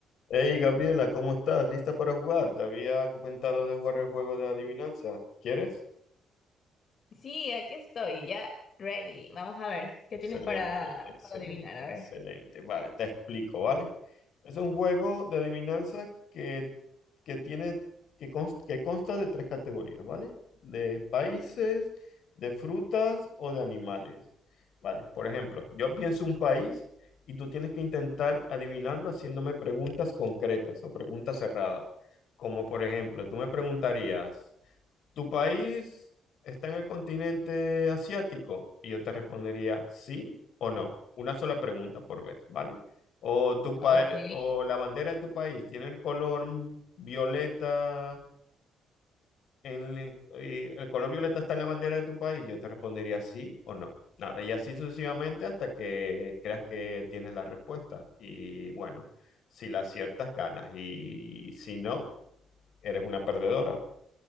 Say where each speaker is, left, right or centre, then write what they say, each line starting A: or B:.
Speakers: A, on the left; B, on the left.
A: Hey Gabriela, ¿cómo estás? ¿Lista para jugar? Te había comentado de jugar el juego de adivinanza. ¿Quieres?
B: Sí, aquí estoy, ya ready. Vamos a ver, ¿qué
A: Excelente,
B: tienes para,
A: excelente,
B: para adivinar? A
A: excelente.
B: ver.
A: Vale, te explico, ¿vale? Es un juego de adivinanzas que, que tiene, que, cons- que consta de tres categorías, ¿vale? De países, de frutas o de animales. Vale, por ejemplo, yo pienso un país y tú tienes que intentar adivinarlo haciéndome preguntas concretas o preguntas cerradas. Como por ejemplo, tú me preguntarías, ¿Tu país está en el continente asiático? Y yo te respondería sí o no. Una sola pregunta por vez, ¿vale? O tu país,
B: Ok.
A: o la bandera de tu país tiene el color violeta en, el y el color violeta está en la bandera de tu país. Yo te respondería sí o no. Nada, y así sucesivamente hasta que creas que tienes la respuesta. Y bueno, si la aciertas, ganas. Y si no, eres una perdedora.